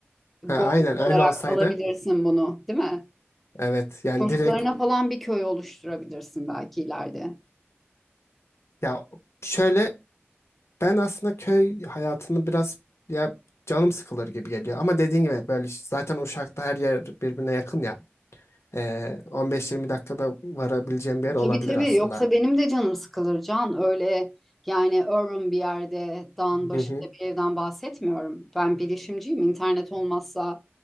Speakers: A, in the centre; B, on the left (about 80°).
A: gol
B: Ha, aynen öyle
A: olarak
B: olsaydı.
A: alabilirsin bunu, değil mi?
B: Evet yani
A: Çocuklarına
B: direkt
A: falan bir köy oluşturabilirsin belki ileride.
B: ya şöyle ben aslında köy hayatını biraz ya canım sıkılır gibi geliyor. Ama dediğin gibi böyle işte zaten Uşak'ta her yer birbirine yakın ya. Ee, 15-20 dakikada varabileceğim bir yer olabilir
A: Tabii tabii
B: aslında.
A: yoksa benim de canım sıkılır Can. Öyle yani urban bir yerde dağın başında
B: Hı hı.
A: bir evden bahsetmiyorum. Ben bilişimciyim. internet olmazsa